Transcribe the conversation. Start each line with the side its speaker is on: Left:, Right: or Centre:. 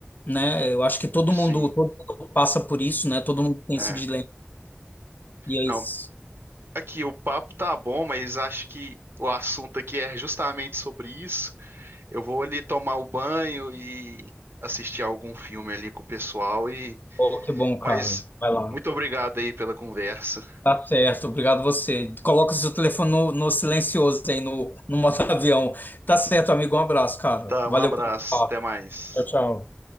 Left: né, eu acho que todo
Right: sim,
Left: mundo, todo mundo passa por isso, né? Todo mundo tem
Right: é.
Left: esse dilema. E é
Right: Não,
Left: isso.
Right: aqui o papo tá bom, mas acho que o assunto aqui é justamente sobre isso. Eu vou ali tomar o banho e assistir algum filme ali com o pessoal e
Left: Oh, que bom,
Right: Mas
Left: cara. Vai lá.
Right: muito obrigado aí pela conversa.
Left: Tá certo, obrigado você. Coloca o seu telefone no, no silencioso aí, no, no modo avião. Tá certo, amigo, um abraço, cara.
Right: Tá,
Left: Valeu
Right: um abraço,
Left: pelo papo.
Right: até mais.
Left: Tchau, tchau.